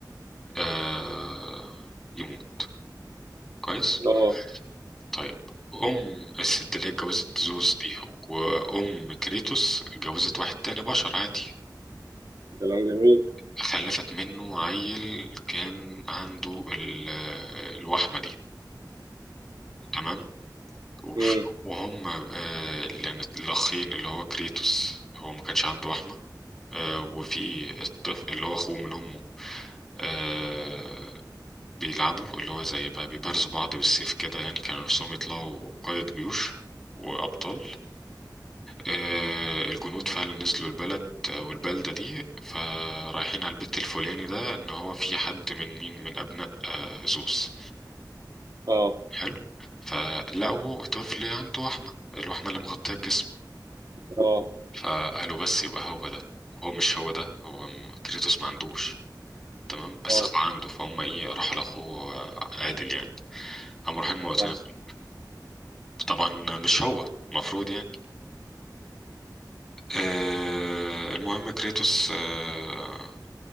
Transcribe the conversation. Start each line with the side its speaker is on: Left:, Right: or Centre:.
Centre: آه، يموت كويس
Right: اه
Centre: طيب أم الست اللي هي اتجوزت زوز دي وأم كريتوس اتجوزت واحد تاني بشر عادي
Right: كلام جميل
Centre: خلفت منه عيل كان عنده ال- آه، الوحمة دي تمام وف-
Right: مم.
Centre: وهم آه، اللي يعني الأخين اللي هو كريتوس هو ما كانش عنده وحمة آه، وفي الطفل اللي هو أخوه من أمه آه، بيلعبوا اللي هو زي بقى بيبارزوا بعض بالسيف كده يعني كانوا نفسهم يطلعوا قادة جيوش وأبطال آه، الجنود فعلا نزلوا البلد آه، والبلدة دي فرايحين على البيت الفلاني ده إن هو في حد من مين من أبناء آه، زوس
Right: اه
Centre: حلو فلقوا طفل عنده وحمة الوحمة اللي مغطية الجسم
Right: اه
Centre: فقالوا بس يبقى هو ده هو مش هو ده هو م- كريتوس ما عندوش تمام بس
Right: اه
Centre: أخوه عنده فهم ايه راحوا لأخوه آه، عادل يعني قاموا رايحين موتين
Right: فاهم
Centre: أخوه طبعا مش هو المفروض يعني آه المهم كريتوس آه